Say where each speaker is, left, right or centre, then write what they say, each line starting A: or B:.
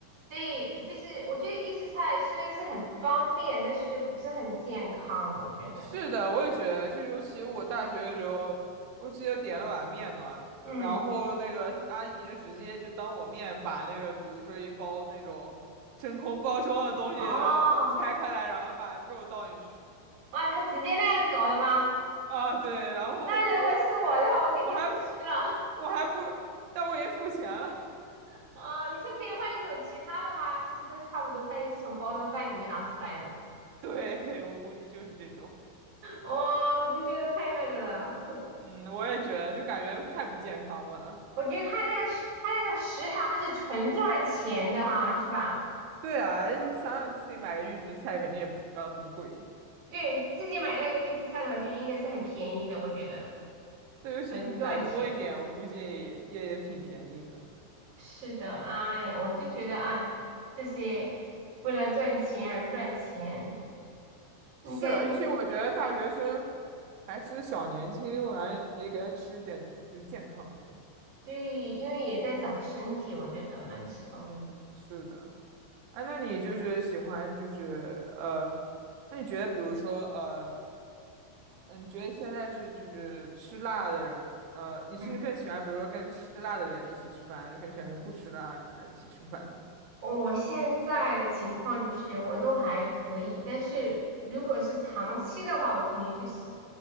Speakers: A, on the right (about 40°); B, on the right (about 70°).
A: 对，就是我觉得预制菜虽然是很方便，但是不是很健康，我觉得。
B: 是的，我也觉得，就尤其我大学的时候，我记得点了碗面嘛，
A: 嗯，
B: 然后那个阿姨就直接就当我面把那个，比如说一包那种真空包装的东西，
A: 哦，
B: 然后拆开来，然后把肉倒进去。
A: 哇，他直接那样搞的吗？
B: 啊，对，然后我就觉得
A: 那如果是我的话，我肯定不吃了。
B: 我还我还不，但我也付钱了。
A: <laughs> 啊、你是可以换一种其他的吗？其实都差不多，它也是从包装袋里面拿出来的。
B: <laughs> 对，我估计就是这种。
A: 哇、我就觉得太那个了。<laughs>
B: 嗯，我也觉得，就感觉太不健康了。
A: 我觉得他那个食他那个食堂是纯赚钱的哈，是吧？
B: 对啊，你想想你自己买个预制菜，肯定也不要这么贵。
A: 对，自己买那个预制菜的话，就应该是很便宜的，我觉得
B: 对，尤其你买多一点，
A: 很赚钱。
B: 我估计也也也挺便宜的。
A: 是的，哎呀，我就觉得，哎，这些为了赚钱而赚钱，应该
B: 是，而且我觉得大学生还是小年轻，我感觉也给他吃点就是健康的。
A: 对，因为也在长身体，我觉得那个时候。
B: 嗯，是的。哎、那你就是喜欢就是呃，那你觉得比如说呃，嗯，你觉得现在是就是吃辣的人，呃，你是更喜欢比如说跟吃辣的人一起吃饭，
A: 嗯，
B: 还是更喜欢跟不吃辣的人一起吃饭呢？
A: 我现在的情况就是我都还可以，但是如果是长期的话，我肯定是